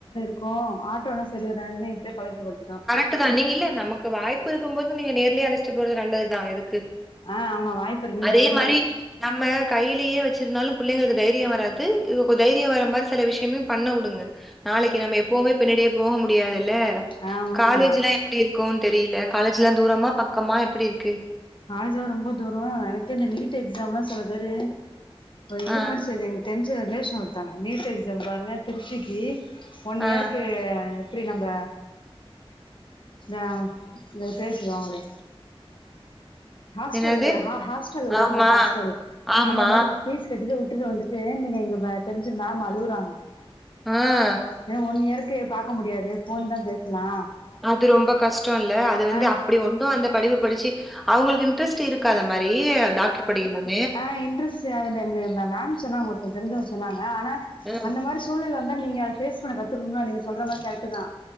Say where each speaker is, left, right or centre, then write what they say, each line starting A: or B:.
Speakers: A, on the left; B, in the centre.
A: க்கு ஆட்டோல்லா சரிவராதுனு இப்பயே பழக்கப்படுத்திடோ
B: கரெக்டு தா நீங்க இல்ல நமக்கு வாய்ப்பு இருக்கு போது நீங்க நேர்லயே அழைச்சிட்டு போறது நல்லதுதா இதுக்கு
A: ஆ ஆமா வாய்ப்பு இருக்கு நீங்க
B: அதே
A: சொல்ற
B: மாரி நம்ம கையிலேயே வச்சிருந்தாலும் பிள்ளைங்களுக்கு தைரியோ வராது இவ தைரியோ வர மாதிரி சில விஷயங்கள்மே பண்ண விடுங்க நாளைக்கு நம்ம எப்பவுமே பின்னாடியே போக முடியாதுல்ல
A: ஆ உண்மதா
B: காலேஜ்லாம் எப்டி இருக்கும் தெரியல காலேஜ் எல்லாம் தூரமா பக்கமா எப்டி இருக்கு
A: காலேஜ்லாம் ரொம்ப தூரோம் எனக்கே அந்த நீட் எக்ஸாம் எல்லாம் சில பேரு இது
B: ஆ
A: மாதிரி சே எங் தென்ன் ரிலேஷன் ஒருத்தங்க நீட் எக்ஸ் பாருங்க திருச்சிக்கு ஒன்
B: ஆ
A: இயருக்கு எப்டி நம்ம அ இந்தா பேசுவாங்ளே ஹாஸ்டல்ல
B: என்னது?
A: ஹாஸ்டல் விடுவாங்கள
B: ஆமா,
A: ஹாஸ்டல்
B: ஆமா.
A: அந்த மாதிரி பீஸ் கிட்ட விட்டுட்டு வந்துட்டு நீங்க எங்க தெரிஞ்ச மேம் அழுவுறாங்க
B: அ
A: ஏ ஒன் இயருக்கு பாக்க முடியாது ஃபோன் தா பேசலா
B: அது ரொம்ப கஷ்டோல்ல அது வந்து
A: ஆ
B: அப்டி ஒன்னும் அந்த படிவு படிச்சு அவுங்களுக்கு இன்ட்ரெஸ்ட் இருக்கா அந்த மாரி பி ஏ டாக்டர் படிக்கணும்னு <unintelligible> ல்லி
A: அ இன்டரஸியாங்க மேம் சொன்னாங்க ஒருத்தங்க தெரிஞ்சவங்க சொன்னாங்க ஆனா
B: ம்.
A: அந்த மாரி சூழல் வந்தா நீங்க ஃபேஸ் பண்ண கத்துக்கணும் நீங்க சொல்ற மாதிரி கரக்ட் தா